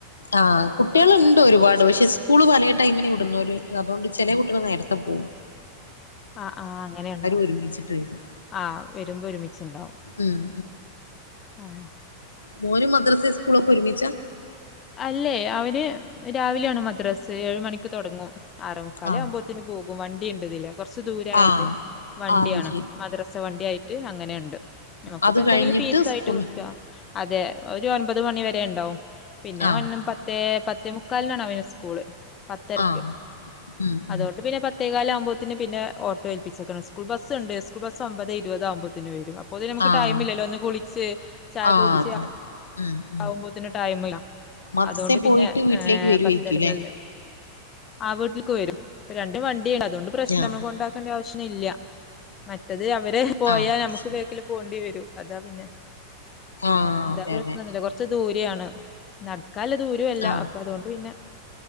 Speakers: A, on the left; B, on the left.
A: ആഹ് കുട്ടികളുണ്ട് ഒരുപാട് പക്ഷെ സ്കൂള് പലെ ടൈമിന് വിടുന്നോര് അതുകൊണ്ട് ചില കുട്ടികള് നേരത്തെ പോകും
B: <inaudible> ആ ആഹ് അങ്ങനെയുണ്ടോ
A: ഒരുമിച്ചിട്ട് വരും
B: ആ വരുമ്പോ ഒരുമിച്ചുണ്ടാവും
A: ഉം
B: ആഹ്
A: മോനും മദ്രസ സ്കൂളൊക്കെ ഒരുമിച്ചാ
B: അല്ലേ അവന് രാവിലെയാണ് മദ്രാസ് ഏഴ് മണിക്ക് തുടങ്ങും ആറെമുക്കാലാവുമ്പോ
A: ആഹ്
B: ത്തിന് പോകും വണ്ടി ഉണ്ട് ഇതിലെ കുറച്ച് ദൂരായോണ്ടേ
A: ആഹ്
B: വണ്ടിയാണ്
A: അത് ശരി
B: മദ്രസ വണ്ടി ആയിട്ട് അങ്ങനെയുണ്ട് നമുക്കിപ്പ
A: അത്
B: എന്തെങ്കിലും
A: കഴിഞ്ഞിട്ട്
B: പീസ്
A: സ്കൂള്
B: ആയിട്ട് കൊടുക്കുക അതെ ഒരു ഒൻപത് മണി വരെ ഉണ്ടാവും പിന്നെ
A: ആഹ്
B: ഒന്ന ത്തേ പത്തേമുക്കാലിനാണ് അവന് സ്കൂള് പത്തരക്ക്
A: ആഹ് ഉം
B: അതുകൊണ്ട്
A: ഉം
B: പിന്നെ പത് ത്തെകാലാകുമ്പോത്തേന് പിന്നെഓട്ടോ ഏൽപ്പിച്ചേക്കണ്. സ്കൂൾ ബസ് ഉണ്ട് സ്കൂൾ ബസ് ഒമ്പത് ഇരുപതകുമ്പോത്തേന് വരും അപ്പത്തെന് നമുക്ക്
A: ആഹ്
B: ടൈം ഇല്ലല്ലോ ഒന്ന് കുളിച്ച് ചായക്കെ
A: ആഹ്
B: കുടിച്ച്
A: അതെ ഉം ഉം
B: ആവുമ്പോത്തന് ടൈംല്ല
A: മദ്രസേ
B: അതുകൊണ്ട് പിന്നെ
A: പോയിട്ട് വീട്ടിലേക്ക്
B: ഏ
A: വരുവായിരിക്കുംല്ലേ
B: പത്തരക്കല്ല ആ വീട്ടിൽക്ക് വരും പ്പ രണ്ടും വണ്ടിയാണ് അതുകൊണ്ട് പ്രശ്നം
A: ആഹ്
B: നമ്മളെ കൊണ്ടാക് ക്കണ്ട ആവശ്യം ഒന്ന് ഇല്ല്യ മറ്റത് അവരെ പോയാൽ
A: ആഹ് അത്
B: നമുക്ക്
A: ശരി
B: ബാക്കല് പോകേണ്ടി വരും അതാ പിന്നെ
A: ആഹ്
B: എന്താ
A: അതെ
B: പ്രശ്നൊന്നുല്ല
A: അതെ
B: കൊറച്ച് ദൂരാണ് നടക്കല്ല ദൂരല്ല
A: ആഹ്
B: അപ്പൊ അതുകൊണ്ട് പിന്നെ